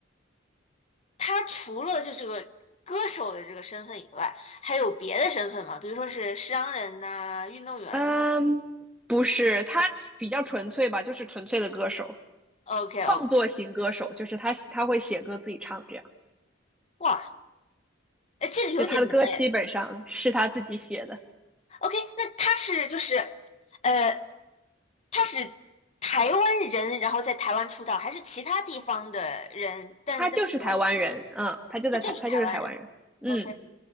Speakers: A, on the left; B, in the centre.
A: 他除了就这个歌手的这个身份以外，还有别的身份吗？比如说是商人呐、运动员呐。
B: 嗯，不是，他比较纯粹吧，就是纯粹的歌手，
A: OK
B: 创作型歌手，
A: OK，
B: 就是他他会写歌自己唱，这样，
A: 哇，哎，这个有点难哎。
B: 就他的歌基本上是他自己写的。
A: OK，那他是就是，呃，他是台湾人，然后在台湾出道，还是其他地方的人，但是在台湾出道，
B: 他就是台湾人，嗯，他就在台，
A: 他就是台湾人。
B: 他就是台湾人，嗯，
A: OK，